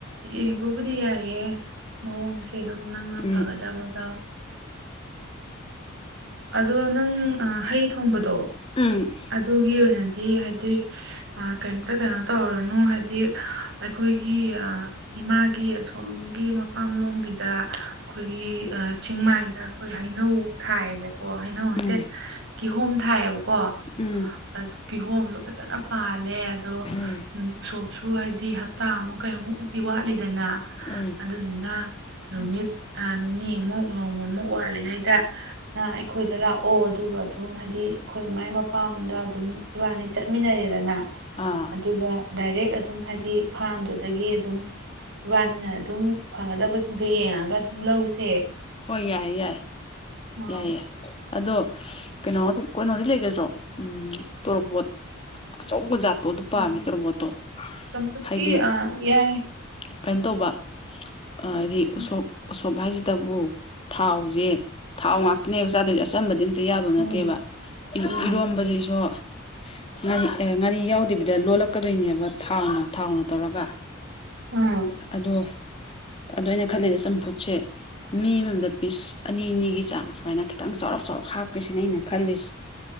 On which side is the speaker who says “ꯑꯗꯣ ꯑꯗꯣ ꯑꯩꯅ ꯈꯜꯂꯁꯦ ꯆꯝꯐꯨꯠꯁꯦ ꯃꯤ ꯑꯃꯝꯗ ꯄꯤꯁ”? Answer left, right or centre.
Left